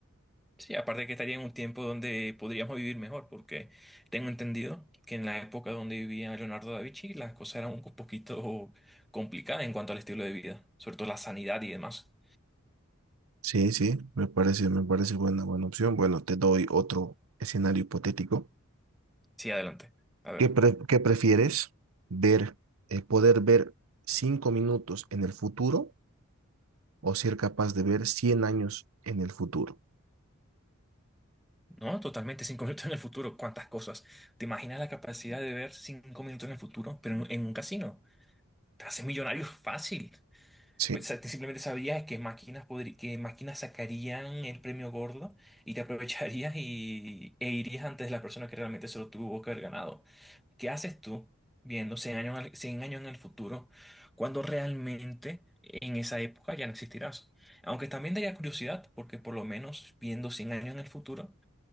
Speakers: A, in the centre; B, on the right.
A: Sí, aparte que estaría en un tiempo donde podríamos vivir mejor, porque tengo entendido que en la época donde vivía Leonardo da Vinci las cosas eran un poquito complicadas en cuanto al estilo de vida, sobre todo la sanidad y demás.
B: Sí, sí, me parece, me parece buena, buena opción. Bueno, te doy otro escenario hipotético.
A: Sí, adelante. A ver.
B: ¿Qué, pre- qué prefieres ver, eh, poder ver cinco minutos en el futuro o ser capaz de ver 100 años en el futuro?
A: No, totalmente, cinco minutos en el futuro, cuántas cosas. ¿Te imaginas la capacidad de ver cinco minutos en el futuro, pero en, en un casino? Te haces millonario fácil.
B: Sí,
A: O sea, te simplemente sabrías qué máquinas podri- qué máquinas sacarían el premio gordo y te aprovecharías y, e irías antes de la persona que realmente se lo tuvo que haber ganado. ¿Qué haces tú viendo cien años, al- 100 años en el futuro cuando realmente en esa época ya no existirás? Aunque también daría curiosidad, porque por lo menos viendo 100 años en el futuro